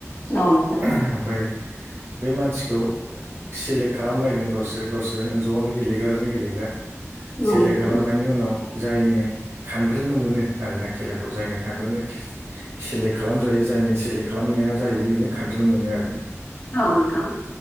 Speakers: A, on the left; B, on the right.
A: औ नोंथां
B: ओमफाय बे मानसिखौ सेलेक्ट खालामलायगोन गावसोर गावसोर ज'नो गेलेग्राजों गेलेग्रा सेलेक्ट
A: औ नोंथां
B: खालामनायनि उनाव जायनो खानग्रोनो मोनो आरोना खेलाखौ जायनो खानद्रानो सेलेक्ट खालामजायो जायनि सेलेक्ट खालामनाया जायो बेनो खानफग्रोनो मोनो आरोना
A: औ नोंथां